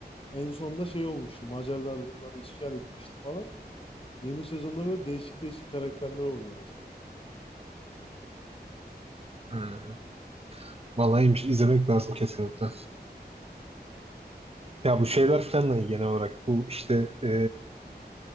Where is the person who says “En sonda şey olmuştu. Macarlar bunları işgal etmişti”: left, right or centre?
Left